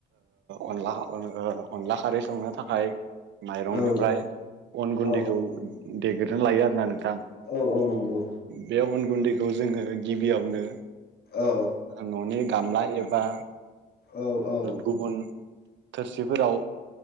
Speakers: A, on the right; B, on the left.
A: अनला अनला खारै संनो थाखाय माइरंनिफ्राय
B: औ
A: अन गुन्दैखौ
B: औ
A: देग्रनानै लायो आरोना नों थां
B: औ औ नंगौ
A: बे अन गुन्दैखौ जोंङो गिबियावनो
B: औ
A: न'नि गामला एबा
B: औ औ
A: गुबुन थोरसिफोराव